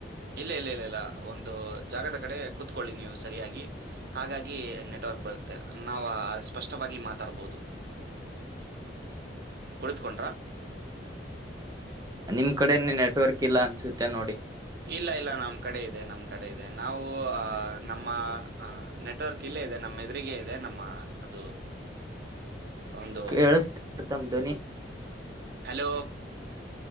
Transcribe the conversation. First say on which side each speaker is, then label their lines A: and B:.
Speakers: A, on the right; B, on the right.
A: ಇಲ್ಲ ಇಲ್ಲ ಇಲ್ಲ ಇಲ್ಲ ಒಂದು ಜಾಗದ ಕಡೆ ಕುೂತ್ಕೊಳ್ಳಿ ನೀವು ಸರಿಯಾಗಿ ಹಾಗಾಗಿ ನೆಟ್ವರ್ಕ್ ಬರತ್ತೆ ನಾವ ಸ್ಪಷ್ಟವಾಗಿ ಮಾತಾಡ್ಬಹುದು ಕುಳತ್ಕೊಂಡ್ರಾ.
B: ನೀಮ್ ಕಡೆನ್ನೇ ನೆಟ್ವರ್ಕ್ ಇಲ್ಲ ಅನ್ಸುತ್ತೆ ನೋಡಿ.
A: ಇಲ್ಲಾ ಇಲ್ಲಾ ನಮ್ಮ್ ಕಡೆ ಇದೆ ನಮ್ಮ್ ಕಡೆ ಇದೆ ನಾವು ಅ ನಮ್ಮ ಅ ನೆಟ್ವರ್ಕ್ ಇಲ್ಲೇ ಇದೆ ನಮ್ಮ ಎದುರಿಗೆ ಯ ನಮ್ಮ ಅದು. ಒಂದು
B: ಕೇಳಸ್ತತಮ ಧ್ವನಿ.
A: ಹಲೋ